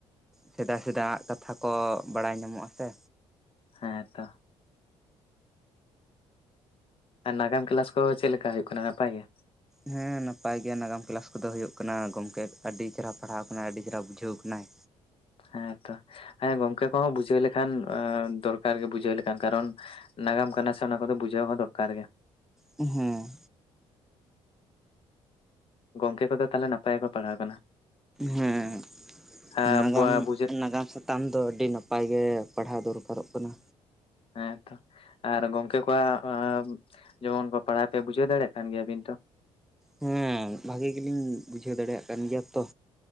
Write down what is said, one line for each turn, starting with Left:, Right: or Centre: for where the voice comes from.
Centre: ᱥᱮᱫᱟᱭ ᱥᱮᱫᱟᱭᱟᱜ ᱠᱟᱛᱷᱟ ᱠᱚ ᱵᱟᱲᱟᱭ ᱧᱟᱢᱚᱜᱼᱟ ᱥᱮ
Left: ᱦᱮᱸ ᱛᱚ ᱟᱨ ᱱᱟᱜᱟᱢ ᱠᱮᱞᱟᱥ ᱠᱚ ᱪᱮᱫ ᱞᱮᱠᱟ ᱦᱩᱭᱩᱜ ᱠᱟᱱᱟ ᱱᱟᱯᱟᱭ ᱜᱮ
Centre: ᱦᱮᱸ ᱱᱟᱯᱟᱭ ᱜᱮᱭᱟ ᱱᱟᱜᱟᱢ ᱠᱮᱞᱟᱥ ᱠᱚᱫᱚ ᱦᱩᱭᱩᱜ ᱠᱟᱱᱟ ᱜᱚᱝᱠᱮ ᱟᱹᱰᱤ ᱪᱮᱦᱨᱟ ᱯᱟᱲᱦᱟᱣ ᱠᱟᱱᱟᱭ ᱟᱹᱰᱤ ᱪᱮᱨᱦᱟ ᱵᱩᱡᱷᱟᱹᱣ ᱠᱟᱱᱟᱭ
Left: ᱦᱮᱸᱛᱚ ᱦᱮᱸ ᱜᱚᱝᱠᱮ ᱠᱚᱦᱚᱸ ᱵᱩᱡᱷᱟᱹᱣ ᱞᱮᱠᱷᱟᱱ ᱫᱚᱨᱠᱟᱨ ᱜᱮ ᱵᱩᱡᱷᱟᱹᱣ ᱞᱮᱠᱷᱟᱱ ᱠᱟᱨᱚᱱ ᱱᱟᱜᱟᱢ ᱠᱟᱱᱟ ᱥᱮ ᱚᱱᱟ ᱠᱚᱫᱚ ᱵᱩᱡᱷᱟᱹᱣ ᱦᱚᱸ ᱫᱚᱨᱠᱟᱨ ᱜᱮ
Centre: ᱦᱩᱸ
Left: ᱜᱚᱝᱠᱮ ᱠᱚᱫᱚ ᱛᱟᱞᱦᱮ ᱱᱟᱯᱟᱭ ᱜᱮᱠᱚ ᱯᱟᱲᱦᱟᱣ ᱠᱟᱱᱟ
Centre: ᱦᱮᱸ
Left: ᱟᱨ
Centre: ᱱᱟᱜᱟᱢ
Left: ᱵᱩᱡᱷᱟᱹᱜ
Centre: ᱱᱟᱜᱟᱢ ᱥᱟ ᱛᱟᱢ ᱫᱚ ᱟᱹᱰᱤ ᱱᱟᱯᱟᱭ ᱜᱮ ᱯᱟᱲᱦᱟᱣ ᱫᱚᱨᱠᱟᱨᱚᱜ ᱠᱟᱱᱟ
Left: ᱦᱮᱸ ᱛᱚ ᱟᱨ ᱜᱚᱝᱠᱮ ᱠᱚᱣᱟᱜ ᱡᱮᱢᱚᱱ ᱠᱚ ᱯᱟᱲᱦᱟᱣ ᱯᱮᱭᱟ ᱵᱩᱡᱷᱟᱹᱣ ᱫᱟᱲᱮᱭᱟᱜ ᱠᱟᱱ ᱜᱮᱭᱟ ᱵᱤᱱ ᱛᱚ
Centre: ᱦᱩᱸ ᱵᱷᱟᱜᱤ ᱜᱮᱞᱤᱧ ᱵᱩᱡᱷᱟᱹᱣ ᱫᱟᱲᱮᱭᱟᱜ ᱠᱟᱱ ᱜᱮᱭᱟ ᱛᱚ